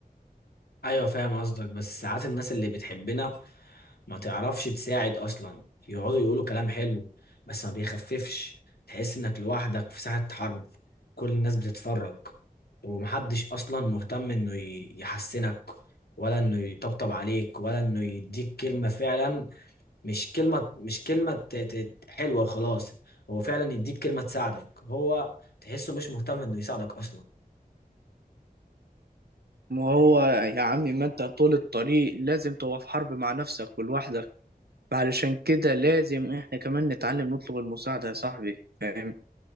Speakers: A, on the left (about 80°); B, on the right (about 90°).
A: ايوه فاهم قصدك بس ساعات الناس اللي بتحبنا ما تعرفش تساعد اصلا يقعدوا يقولوا كلام حلو بس ما بيخففش تحس انك لوحدك في ساحة حرب كل الناس بتتفرج ومحدش اصلا مهتم انه ي- يحسنك ولا انه يطبطب عليك ولا انه يديك كلمة فعلا مش كلمة مش كلمة ت- ت- حلوة وخلاص هو فعلا يديك كلمة تساعدك هو تحسه مش مهتم انه يساعدك اصلا
B: ما هو يا عمي ما انت طول الطريق لازم تبقى في حرب مع نفسك ولوحدك علشان كده لازم احنا كمان نتعلم نطلب المساعدة يا صاحبي فاهم